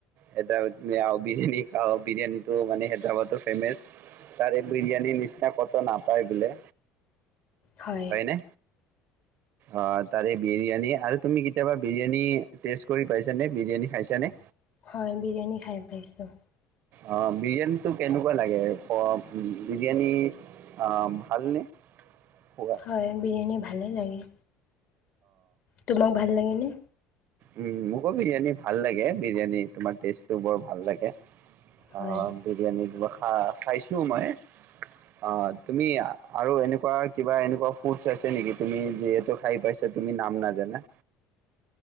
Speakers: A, on the right; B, on the left.
A: হেদ্ৰাবাদ <inaudible> বিৰিয়ানী আও বিৰিয়ানীটো মানে হেদ্ৰাবাদ ফেমেচ। তাৰে এই বিৰিয়ানীৰ নিচিনা কত নাপায় বোলে।
B: হয়।
A: হয়নে? অ তাৰে বিৰিয়ানী আৰু তুমি কেতিয়াবা বিৰিয়ানী টেষ্ট কৰি পাইছানে? বিৰিয়ানী খাইছানে?
B: হয় বিৰিয়ানী খাই পাইছোঁ।
A: অ বিৰিয়ানীটো কেনেকুৱা লাগে অ, বিৰিয়ানী আ ভালনে? খোৱা
B: হয় বিৰিয়ানী ভালেই লাগে। তোমাক ভাল লাগে নে?
A: উ মোকো বিৰিয়ানী ভাল লাগে, বিৰিয়ানী তোমাৰ টেষ্টটো বৰ ভাল লাগে। অ
B: হয়
A: বিৰিয়ানী দিবা। অঁ খাইছো মই। অ তুমি আৰু এনেকুৱা কিবা এনেকুৱা ফুড আছে নেকি তুমি যিহেতু খাই পাইছা তুমি নাম নাজানা।